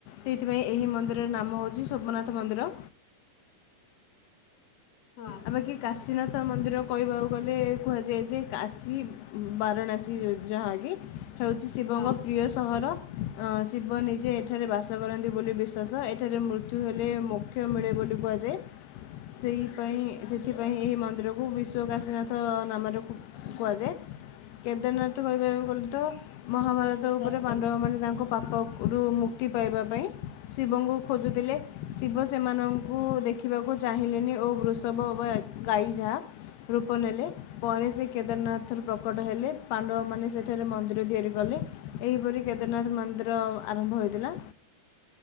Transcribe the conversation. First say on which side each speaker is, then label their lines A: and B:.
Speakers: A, on the left; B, on the left.
A: ସେଇଥିପାଇଁ ଏହି ମନ୍ଦିରର ନାମ ହେଉଛି ସୋମନାଥ ସମନ୍ଦ୍ର
B: ହଁ
A: ଆଉ ବାକି କାଶୀନାଥ ମନ୍ଦିର କହିବାକୁ ଗଲେ କୁହାଯାଏ ଯେ କାଶୀ ବାରାଣାସୀ ଯାହାକେ ହେଉଛି ଶିବଙ୍କ
B: ହଁ
A: ପ୍ରିୟ ସହର ଅ ଶିବ ନିଜେ ଏଠାରେ ବାସ କରନ୍ତି ବୋଲି ବିଶ୍୍ୱାସ ଏଠାରେ ମୃତ୍ୟୁ ହେଲେ ମୋକ୍ଷ ମିଳେ ବୋଲି କୁହାଯାଏ ସେଇ ଥି ପାଇଁାଇ ସେଥିପାଇଁ ଏହି ମନ୍ଦିରକୁ ବିଶ୍ୱକାାଶୀନାଥ ନାମରେ କୁହାଯାଏ କେଦାରନାଥ କହିବାକୁ ଗଲେ ତ ମହାଭାରତ
B: ପ୍ରସିଦ୍ଧ
A: ଉପରେ ପାଣ୍ଡବମାନେ ତାଙ୍କୁ ପାପରୁ ମୁକ୍ ମୁକ୍ତି ପାଇବା ପାଇଁ ଶିବଙ୍କୁ ଖୋଜୁଥିଲେ ଶିବ ସେମାନଙ୍କୁ ଦେଖିବାକୁ ଚାହିଁଲେନି ଓ ବୃଷଭ ବା ଗାଈ ଯାହା ରୂପ ନେଲେ ପରେ ସେ କେଦାରନାଥର ପ୍ରକଟ ହେଲେ ପାଣ୍ଡବମାନେ ସେଠାରେ ମନ୍ଦିର ତିଆରି କଲେ ଏହିପରି କେଦାରନାଥ ମନ୍ଦିର ଆରମ୍ଭ ହୋଇଥିଲା।